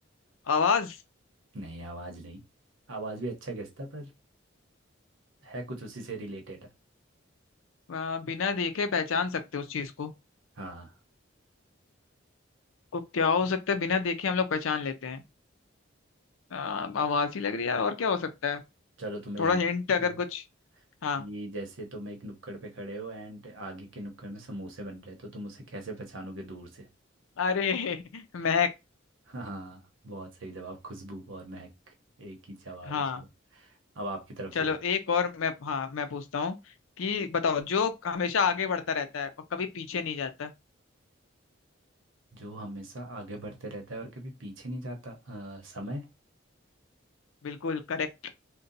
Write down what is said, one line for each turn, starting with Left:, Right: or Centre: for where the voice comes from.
Left: आवाज
Right: नहीं आवाज़ नहीं आवाज़ भी अच्छा गेस था पर है कुछ उसी से रिलेटेड है
Left: आ, बिना देखे पहचान सकते हो उस चीज को
Right: हाँ
Left: तो क्या हो सकता है बिना देखे हम लोग पहचान लेते हैं आ, आवाज ही लग रही है यार और क्या हो सकता है
Right: चलो तुम्हें
Left: थोड़ा
Right: हिंट
Left: हिंट
Right: देता
Left: अगर
Right: हूँ।
Left: कुछ हाँ
Right: कि जैसे तुम एक नुक्कड़ पे खड़े हो एंड आगे के नुक्कड़ में समोसे बन रहे हैं तो तुम उसे कैसे पहचानोगे दूर से
Left: अरे <laughs> महक
Right: <laughs> हाँ बहुत सही जवाब खुशबू और महक एक ही जवाब
Left: हाँ
Right: है चलो अब आपकी तरफ
Left: चलो
Right: से
Left: एक और मैं हाँ मैं पूछता हूँ कि बताओ जो हमेशा आगे बढ़ता रहता है और कभी पीछे नहीं जाता
Right: जो हमेशा आगे बढ़ते रहता है और कभी पीछे नहीं जाता अ, समय
Left: बिल्कुल करेक्ट